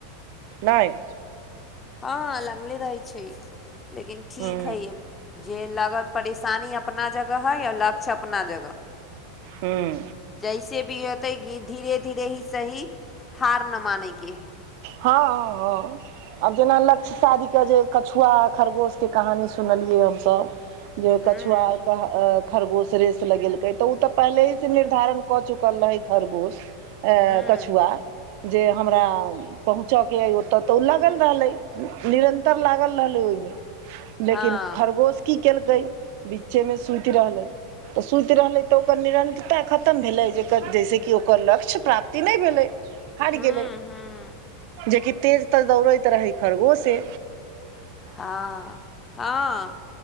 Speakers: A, on the right; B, on the left.
A: नाय
B: हँ लगले रहै छै लेकिन ठीक
A: हूँ
B: हइ जे लागल परेशानी अपना जगह हइ आ लक्ष्य अपना जगह
A: हूँ
B: जैसे भी होतै कि धीरे धीरे ही सही हार न मानैके हइ
A: हँ हँ हँ आब जेना लक्ष्य शाधी के जे कछुआ आ खरगोश के कहानी सुनलियै हमसभ जे
B: हम्म
A: कछुआरके खरगोश रेस लगेलकै तऽ ओ तऽ पहिलेसँ निर्धारण कऽ चुकल रहै खरगोश ऐ
B: हम्म
A: कछुआ जे हमरा पहुँचके अइ ओतऽ तऽ ओ लागल रहलै निरन्तर लागल रहलै ओहिमे लेकिन
B: हँ
A: खरगोश की केलकै बीच्चे मे सुति रहलै तऽ सुति रहलै तऽ ओकर निरंतरता खतम भेलै जेकर जैसे कि ओकर लक्ष्य प्राप्ति नहि भेलै हारि
B: हम्म
A: गेलै
B: हम्म
A: जेकि तेज तऽ दौड़ैत रहै खरगोसे
B: हँ हँ